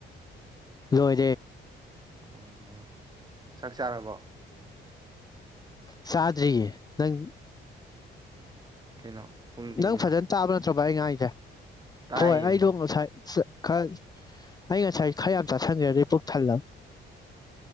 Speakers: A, on the left; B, on the right.
A: ꯂꯣꯏꯔꯦ
B: ꯑꯣ ꯆꯛ ꯆꯥꯔꯕꯣ
A: ꯆꯥꯗꯔꯤꯌꯦ ꯅꯪ
B: ꯀꯩꯅꯣ ꯄꯨꯡ ꯊꯦꯡꯉꯤꯗ
A: ꯅꯪ ꯐꯖꯅ ꯇꯥꯕ ꯅꯠꯇ꯭ꯔꯣ ꯏꯉꯥꯏ ꯆ
B: ꯇꯥꯏꯌꯦꯃꯤ
A: ꯍꯣꯏ ꯑꯩꯗꯣꯡꯉ ꯁꯥꯏ ꯈꯔ ꯑꯩ ꯉꯁꯥꯏ ꯈꯔ ꯌꯥꯝ ꯆꯥꯁꯤꯟꯒꯦꯗꯗꯤ ꯄꯨꯛ ꯊꯜꯂ